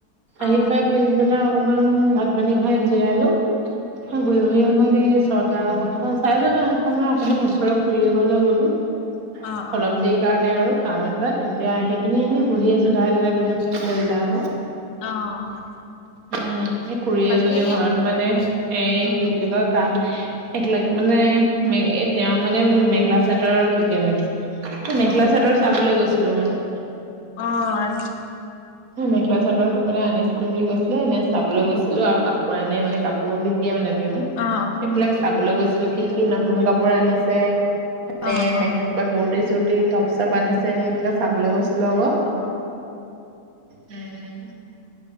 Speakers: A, on the left; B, on the right.
A: অ
B: আহি পাই পিছদিনা অকমান ভাত পানী খাই জিৰালো অ গধূলি সময়ত এই ছটা সাতটা চাৰে ছটা সাতটা মানে অকণমান ওচৰত ফুৰিবলৈ গ'লো
A: অ অ
B: অলপ দেৰি কাৰণে আৰু কাম এটাত এতিয়া আহি পিনি এনেই বহি আছো তাহাঁতি ত ৰিএকচন কৰিলে আকৌ
A: অ
B: উম এই খুৰী
A: বাকী
B: এজনীৰ
A: এনে
B: ঘৰত মানে এ
A: উম
B: কি বুলি কয় কাম একেলগ মানে ম এই তেওঁ মানে মেখেলা চাদৰ বিকে মানে মেখেলা
A: অ
B: চাডৰ চাবলৈ গৈছিলো মানে
A: অ
B: মেখেলা চাদৰ মানে আনিছিলো বুলি কৈছিলে এনে চাবলৈ গৈছিলো আৰু ক পুৰা নাই মানে কাপোৰ বিকে মানে তেওঁ
A: অ অ
B: সেইবিলাক চাবলৈ গৈছিলো কি কি নতুন কাপোৰ আনিছে মানে
A: অ অ
B: মে বা কুৰ্টি- চুৰ্টি টপ -চপ আনিছে নেকি এনেকা চাবলৈ গৈছিলো আকৌ।
A: অ
B: উম